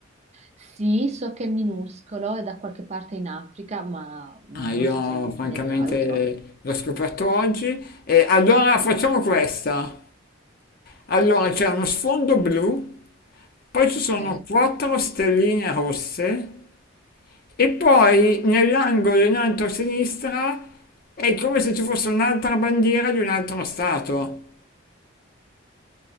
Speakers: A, on the right; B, on the left.
A: Sì, so che è minuscolo, è da qualche parte in Africa, ma non
B: Ah, io
A: saprei dirti
B: francamente
A: nient'altro.
B: l'ho scoperto oggi. E allora facciamo questa. Allora c'è uno sfondo blu, poi ci
A: Ok?
B: sono quattro stelline rosse e poi nell'angolo in alto a sinistra è come se ci fosse un'altra bandiera di un altro stato.